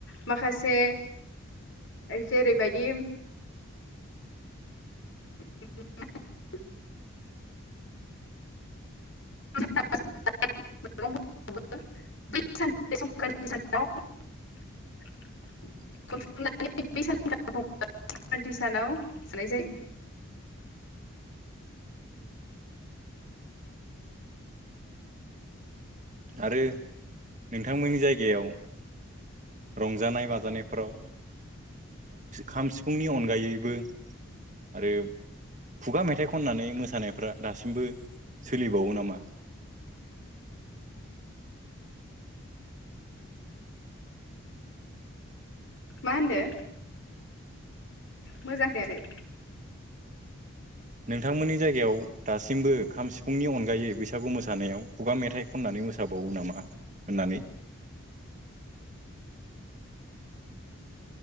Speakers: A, on the left; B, on the right.
A: माखासे जेरबायायदि उम उम <unintelligible> <unintelligible>
B: <inaudible>
A: खनानै ब सानथि सानाव जानाय जायो।
B: आरो नोंथांमोननि जायगायाव रंजानाय बाजानायफोराव खाम सिफुंनि अनगायैबो आरो खुगा मेथाइ खननानै मोसानायफ्रा दासिमबो सोलिबावो नामा
A: मा होनदों मोजां फैयाखै
B: नोंथांमोननि जायगायाव दासिमबो खाम सिफुंनि अनगायै बैसागु मोसानायाव खुगा मेथाइ खननानै मोावो नामा होननानै